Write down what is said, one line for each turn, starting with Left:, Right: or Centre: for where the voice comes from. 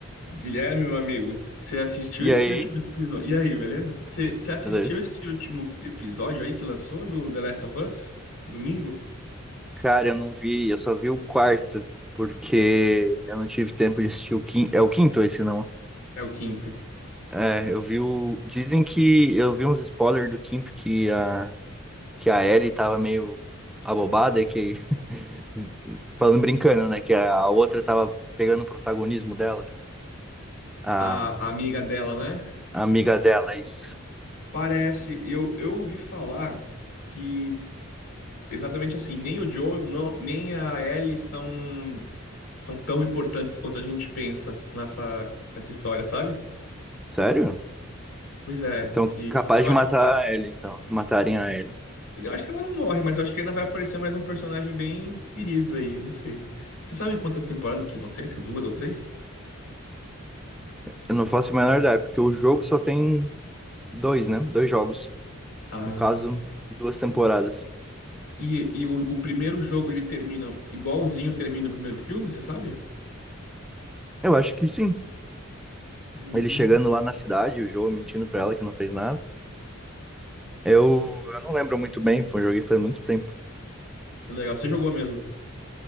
Left: Guilherme, meu amigo, você assistiu
Centre: E
Left: esse
Centre: aí?
Left: último episódio? E aí, beleza? Você você assistiu
Centre: Beleza.
Left: esse último episódio aí que lançou do The Last of Us? Domingo?
Centre: Cara, eu não vi, eu só vi o quarto, porque eu não tive tempo de assistir o quinto. É o quinto esse, não?
Left: É o quinto.
Centre: É, eu vi o. Dizem que eu vi uns spoilers do quinto que a, que a Ellie tava meio abobada, e que. <laughs> Falando brincando, né? Que a outra tava pegando o protagonismo dela, a,
Left: A, a amiga dela, né?
Centre: a amiga dela, é isso.
Left: Parece, eu, eu ouvi falar que exatamente assim, nem o Joel, não, nem a Ellie são, são tão importantes quanto a gente pensa nessa, nessa história, sabe?
Centre: Sério?
Left: Pois é,
Centre: Então,
Left: que
Centre: capaz
Left: eu
Centre: de
Left: acho
Centre: matar
Left: que.
Centre: a Ellie, então. Matarem a Ellie.
Left: Eu acho que ela não morre, mas eu acho que ainda vai aparecer mais um personagem bem querido aí, não sei. Você sabe quantas temporadas que vão ser? Se duas ou três?
Centre: Eu não faço a menor ideia, porque o jogo só tem dois, né? Dois jogos.
Left: Ah.
Centre: No caso, duas temporadas.
Left: E, e o, o primeiro jogo ele termina igualzinho termina o primeiro filme, você sabe?
Centre: Eu acho que sim.
Left: Hum,
Centre: Ele chegando lá na cidade, o Joe mentindo pra ela que não fez nada. Eu, eu não lembro muito bem, foi, joguei faz muito tempo.
Left: que legal. Você jogou mesmo?